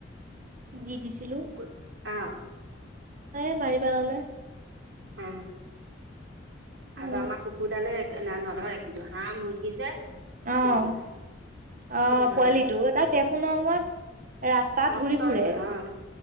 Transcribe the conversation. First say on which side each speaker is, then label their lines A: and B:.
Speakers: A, on the right (about 45°); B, on the right (about 85°).
A: দি দিছিলোঁ।
B: কুকুৰ অ
A: এই মাৰি পেলালে
B: অ
A: অ',
B: আৰু আমাৰ কুকুৰদালে এ-নধৰে কিন্তু হাঁহ, মুৰ্গী যে একো
A: অ',
B: নধৰে
A: অ',
B: সি নধৰে
A: পোৱালিটো, তাক দেখোঁ ন! মই। ৰাস্তাত
B: মস্ত
A: ঘূৰি ফুৰে।
B: হৈ গ'ল, অ',